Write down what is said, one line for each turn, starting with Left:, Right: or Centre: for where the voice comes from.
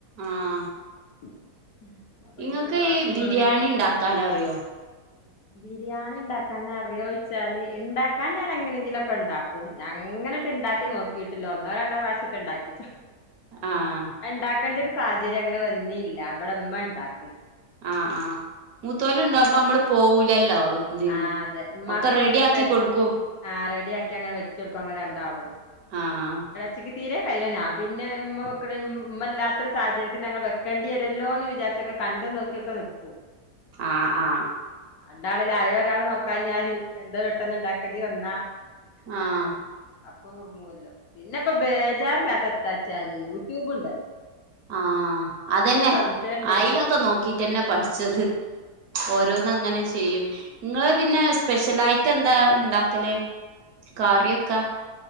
Right: ആഹ
Left: <inaudible> അപ്പൊ
Right: ഇങ്ങൾക്ക്
Left: ഇനിയിപ്പോ ഒരു മാസത്തിന്റുള്ള്
Right: ഈ ബിരിയാണി ണ്ടാക്കാനറിയോ
Left: ബിരിയാണി ണ്ടാക്കാൻ അറിയോയിച്ചാല് ഇണ്ടാക്കാൻ ഞാൻ എങ്ങനെങ്കിലുംഒക്കെ ണ്ടാക്കും ഞാ അങ്ങനെട്ട് ണ്ടാക്കി നോക്കി ക്കിയിട്ടില്ല ഒന്നോ രണ്ടോ പ്രാവശ്യട്ടണ്ടാക്കിട്ട്
Right: ആഹ്
Left: അഹ് ണ്ടാക്കേണ്ട ഒരു സാഹചര്യം അങ്ങനെ വന്നില്ല ഇവടെ ഇമ്മണ്ടാക്കും
Right: ആ ആ മൂത്തോല് ണ്ടാവുമ്പം അമ്മള് പോവൂലല്ലോ എന്തിനും
Left: ആ അതെ ഉമ്മാക്ക്
Right: ഒക്കെ
Left: എല്ലാം
Right: റെഡി ആക്കി കൊടുക്കും
Left: ആ റെഡിയാക്കി അങ്ങനെ വെച്ചെടുക്കും അങ്ങള് രണ്ടാളും
Right: ആ ആ
Left: ച്ചക്ക് തീരെ കയ്യേന പിന്നെ ഇമ്മ വെക്കണേ ഇമ്മ ഇല്ലാത്ത ഒരു സാഹചര്യ പിന്നെ ഞങ്ങ വെക്കണ്ടിരുല്ലോ ന്ന് വിചാരിച്ചൊക്കെ കണ്ട് നോക്കി ഒക്കെ വെക്കും
Right: ആഹ് ആഹ്
Left: അതാണ്ലെ ആരെ ഒരാള് നോക്കാഞ്ഞാല് എന്തോ പെട്ടെന്ന് ണ്ടാക്കേണ്ടി വന്നാ
Right: ആഹ
Left: അപ്പൊ ഒർങ്ങുല്ലോ പിന്നെ ഇപ്പ ബേജാറില്ലാത്തെ എത്താച്ചാല് യൂട്യൂബ് ണ്ടല്ലോ
Right: ആഹ അതെന്നെ
Left: സംശയം ഉണ്ടേലും
Right: അയി ലൊക്കെ നോക്കിട്ടന്നെ പഠിച്ചത്
Left: ആഹ്
Right: ഓരോന്ന ങ്ങനെ ചെയ്യും ഇങ്ങള് പിന്നെ സ്പെഷ്യലായിറ്റ് എന്താണ്ടാക്കല് കറിയൊക്കെ